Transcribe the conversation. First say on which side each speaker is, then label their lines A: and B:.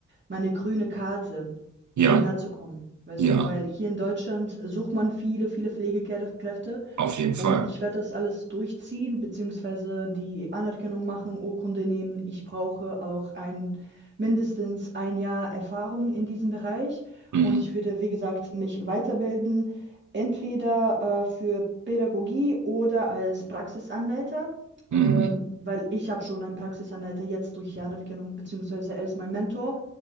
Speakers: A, on the right (about 35°); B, on the right (about 70°).
A: meine grüne Karte,
B: Ja,
A: hierher zu kommen. Weißt
B: ja,
A: du, weil hier in Deutschland sucht man viele, viele Pflegekräfte
B: auf jeden Fall.
A: und ich werde das alles durchziehen, beziehungsweise die Anerkennung machen, Urkunde nehmen. Ich brauche auch ein, mindestens ein Jahr Erfahrung in diesem Bereich.
B: Hm,
A: Und ich würde, wie gesagt, mich weiterbilden, entweder äh, für Pädagogie oder als Praxisanleiter,
B: hm,
A: ähm, weil ich habe schon einen Praxisanleiter jetzt durch die Anerkennung, beziehungsweise er ist mein Mentor.